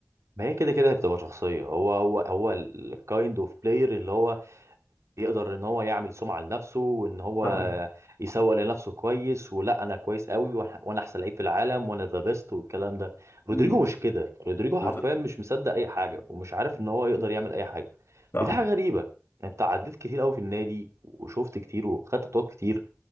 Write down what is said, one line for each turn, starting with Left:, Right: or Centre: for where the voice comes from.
Right: ما هي كده كده هتبقى شخصية هو هو هو الكايند اوف بلاير اللي هو يقدر ان هو يعمل سمعة لنفسه وان هو
Left: صح
Right: يسوق لنفسه كويس ولا انا كويس قوي وأح- وانا احسن لعيب في العالم وانا ذا بيست والكلام ده رودريجو
Left: مم.
Right: مش كده رودريجو
Left: بالظبط
Right: حرفيا مش مصدق اي حاجة ومش عارف ان هو يقدر يعمل اي حاجة
Left: صح
Right: ودي حاجة غريبة انت عديت كتير قوي في النادي وشفت كتير وخدت بطولات كتير